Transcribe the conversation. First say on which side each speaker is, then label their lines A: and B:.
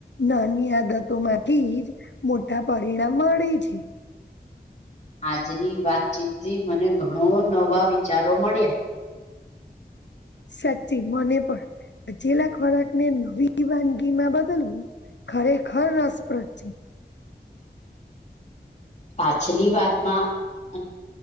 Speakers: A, on the left (about 85°); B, on the left (about 40°).
A: નાની આદતો માંથી જ મોટા પરિણામ મળે છે.
B: આજની વાતચીતથી મને ઘણો નવા વિચારો મળ્યા
A: સાચી મને પણ પચેલા ખોરાક ને નવી વાનગીમાં બદલવું ખરેખર રસપ્રદ છે.
B: પાછલી વાતમાં